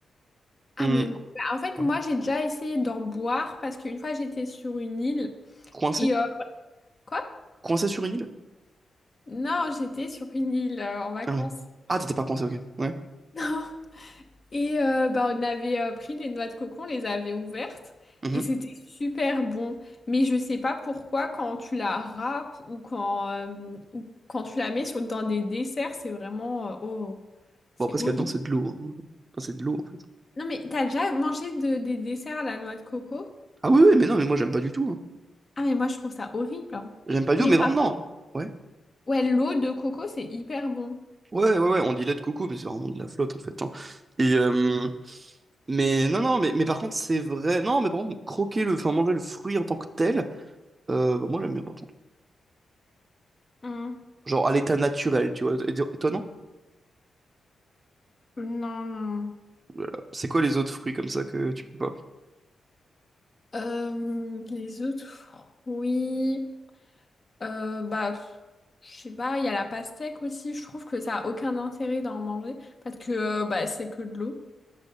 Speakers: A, on the left; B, on the right.
A: Ah
B: Hum,
A: mais bah, en fait
B: ouais.
A: moi j'ai déjà essayé d'en boire parce qu'une fois j'étais sur une île
B: Coincé?
A: et euh, quoi?
B: Coincé sur une île?
A: Non j'étais sur une île euh, en vacances.
B: Ah ouais.
A: <laughs>
B: Ah, t'étais pas coincé, ok. Ouais.
A: Non. Et euh, bah on avait euh, pris des noix de coco, on les avait ouvertes
B: Mhm.
A: et c'était super bon. Mais je sais pas pourquoi quand tu la râpes ou quand euh, ou quand tu la mets sur, dans des desserts c'est vraiment euh, oh c'est
B: Bon, après,
A: horrible.
B: ce qu'il y a dedans, c'est de l'eau. hein. Enfin, c'est de l'eau, en fait.
A: Non mais t'as déjà mangé de- des desserts à la noix de coco?
B: Ah oui, oui, mais non, mais moi, j'aime pas du tout. hein.
A: Ah mais moi je trouve ça horrible. hein.
B: J'aime pas du
A: Mais
B: tout, mais
A: par
B: vraiment,
A: contre
B: non. Ouais.
A: Ouais, l'eau de coco, c'est hyper bon.
B: Ouais, ouais, ouais, on dit lait de coco, mais c'est vraiment de la flotte, en fait. hein. Et, euh, mais non, non, mais, mais par contre, c'est vrai. Non, mais par contre, croquer le, enfin, manger le fruit en tant que tel, euh, bah, moi, j'aime bien, par contre.
A: Hmm.
B: Genre à l'état naturel, tu vois. Et et toi, non?
A: Non, non. non.
B: Voilà. C'est quoi les autres fruits comme ça que tu peux pas?
A: Euh, les autres fruits, euh, bah, pff, je sais pas, il y a la pastèque aussi, je trouve que ça a aucun intérêt d'en manger, parce que euh, bah, c'est que de l'eau.